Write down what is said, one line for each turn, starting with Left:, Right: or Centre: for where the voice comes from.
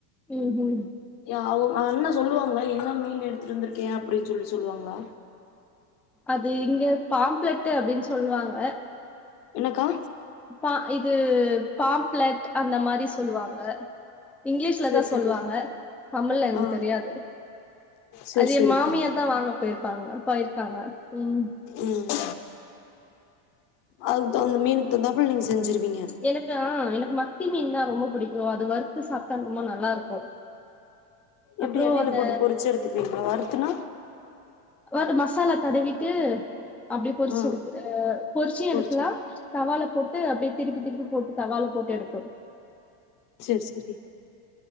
Centre: ம் ம்
Left: யா அவுங் அண்ணே சொல்லுவாங்ளா என்ன மீன் எடுத்துட்டு வந்திருக்கே அப்டின் சொல்லி சொல்லுவாங்ளா
Centre: அது இங்க பாம்ப்லட்டு அப்டின் சொல்லுவாங்க
Left: என்னக்கா
Centre: பா இது பாப்லட் அந்த மாரி சொல்வாங்க இங்கிலீஷ்ல
Left: சேரி
Centre: தா சொல்வாங்க
Left: சேரி
Centre: தமிழ்ல்ல எனக்
Left: ஆ
Centre: தெரியாது
Left: சேரி
Centre: அது
Left: சேரிக்கா
Centre: எ மாமியார் தா வாங்க போயிருப்பாங்க போயிருக்காங்க ம்
Left: ம் அதுக்கு தகுந்த மீனுக்கு தகுந்தாப்ல நீங்க செஞ்சிருவீங்க
Centre: எனக்கா எனக்கு மத்தி மீன் தா ரொம்ப பிடிக்கும் அது வறுத்து சாப்ட்டா ரொம்ப நல்லா இருக்கு
Left: எப்டி
Centre: அப்றோ
Left: எண்ணெய்ல
Centre: அந்த
Left: போட்டு பொரிச்சு எடுத்துப்பீங்ளா வறுத்துன்னா
Centre: அது மசாலா தடவிட்டு அப்டி பொறிச்சு
Left: ஆ
Centre: எடுக்குற பொறிச்சியு
Left: பொறிச்சு
Centre: எடுக்லா
Left: எடுத்
Centre: தவால போட்டு அப்டியே திருப்பி திருப்பி போட்டு தவால போட்டு எடுக்கலா
Left: சரி சரி